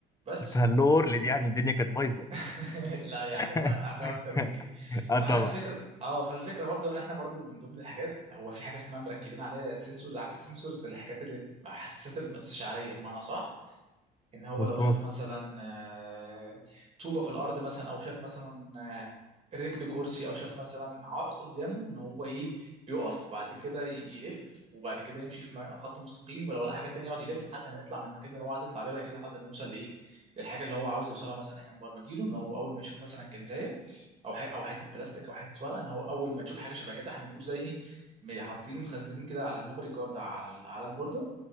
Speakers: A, on the right (about 40°); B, on the left (about 20°).
A: بس
B: بس هاللور اللي دي يعني الدنيا كانت بايظه
A: <laughs> لا هي حاجات
B: <laughs>
A: حاجة اكتر من كده
B: اه
A: فاحنا
B: طبعا
A: الفكره اه فالفكره برضو ان احنا برضو من ضمن الحاجات هو في حاجه اسمها مركبين عليها سنسورز عارف السنسورز الحاجات اللي حساسات الاستشعاريه بمعنى صح ان هو
B: مظبوط
A: لو شاف مثلا آه، طوبة في الارض مثلا او شاف مثلا آه، رجل كرسي او شاف مثلا عائق قدامه ان هو ايه يقف بعد كده يلف وبعد كده يمشي في م- خط مستقيم ولو لقى حاجه تانية يقعد يلف لحد ما يطلع من المكان اللي هو عايز يطلع بيه بعد كده لحد ما يوصل لايه للحاجه اللي هو عاوز يوصلها مثلا احنا مبرمجينه ان هو اول ما يشوف مثلا كنزايه او ح- او حته بلاستيك او حته ورقه ان هو اول ما تشوف حاجه شبه كده هنديله زي ايه حاطين مخزنين كده على الميموري كارد على ال- على البورده